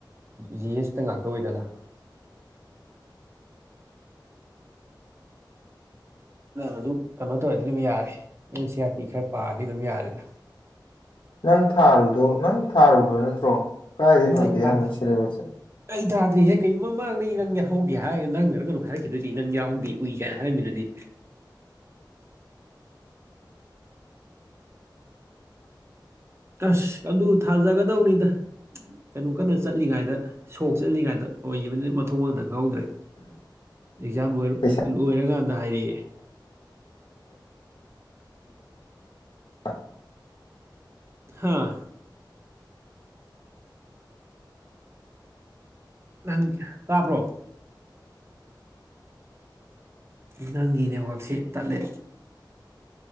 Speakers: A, on the right (about 35°); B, on the left (about 85°).
A: ꯖꯤ ꯑꯦꯁꯇ ꯉꯥꯛꯇ ꯑꯣꯏꯗꯅ
B: <unintelligible>
A: ꯃꯗꯨ ꯀꯩꯅꯣ ꯇꯧꯔꯗꯤ ꯑꯗꯨꯝ ꯌꯥꯔꯦ ꯑꯦꯟ ꯁꯤ ꯑꯥꯔ ꯇꯤ ꯈꯔ ꯄꯥꯔꯗꯤ ꯑꯗꯨꯝ ꯌꯥꯔꯦꯗ
B: ꯅꯪ ꯊꯥꯔꯨꯗꯣ ꯅꯪ ꯊꯥꯔꯨꯕ꯭ꯔꯥ ꯅꯠꯇ꯭ꯔꯣ ꯀꯥꯏꯗꯩ
A: ꯎꯝ
B: ꯍꯪꯉꯛꯀꯦ
A: ꯑꯩ ꯊ
B: ꯑꯌꯥꯝꯕꯅ ꯁꯤꯂꯦꯕꯁꯁꯦ
A: ꯑꯩ ꯊꯥꯗ꯭ꯔꯤꯍꯦ ꯀꯔꯤꯒꯨꯝ ꯃꯃꯥꯡꯗ ꯏꯔꯪꯒꯦ ꯍꯧꯦ ꯕꯤ ꯅꯪꯗꯅ ꯀꯩꯅꯣ ꯍꯥꯏꯔꯛꯈꯤꯗꯨꯗꯤ ꯅꯪ ꯌꯥꯎꯍꯧꯗꯦ ꯎꯏ ꯀꯥꯏꯅ ꯍꯥꯏꯔꯝꯃꯤꯗꯨꯗꯤ
B: ꯑ
A: ꯑꯁ ꯑꯗꯨ ꯊꯥꯖꯒꯗꯧꯅꯤꯗ ꯀꯩꯅꯣ ꯀꯟꯅ ꯆꯠꯂꯤꯉꯩꯗ ꯁꯣꯛ ꯆꯠꯂꯤꯉꯥꯏꯗ ꯑꯣꯏꯈꯤꯕꯅꯤ ꯃꯊꯣꯡ ꯃꯗ ꯈꯪꯍꯧꯗ꯭ꯔꯦ ꯑꯦꯛꯖꯥꯝ
B: ꯄꯩꯁꯥ
A: ꯂꯣꯏꯔꯀꯥꯟꯗ ꯍꯥꯏꯗꯤ
B: ꯕ
A: ꯍꯥꯥ ꯅꯪ ꯇꯥꯕ꯭ꯔꯣ ꯅꯪꯒꯤ ꯅꯦꯠꯋꯥꯛꯁꯦ ꯇꯠꯂꯦ